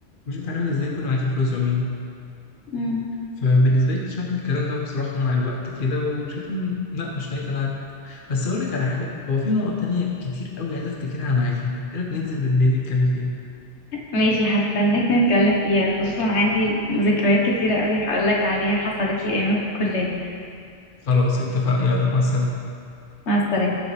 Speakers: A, on the left; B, on the left.
A: مش بتعلمك ازاي يكون معاكي فلوس عموما
B: امم
A: فبالنسبة لي اكتشفنا الكلام ده بصراحة مع الوقت كده واكتشفت ان لا مش نهاية العالم بس اقول لك على حاجة هو في نقط تانية كتير قوي عايز افتكرها معاكي ايه رأيك ننزل بالليل نتكلم فيها
B: ماشي هستناك نتكلم فيها خصوصا عندي ذكريات كتيرة قوي هقولك عليها حصلت لي أيام الكلية
A: خلاص اتفقنا يلا مثلا
B: مع السلامة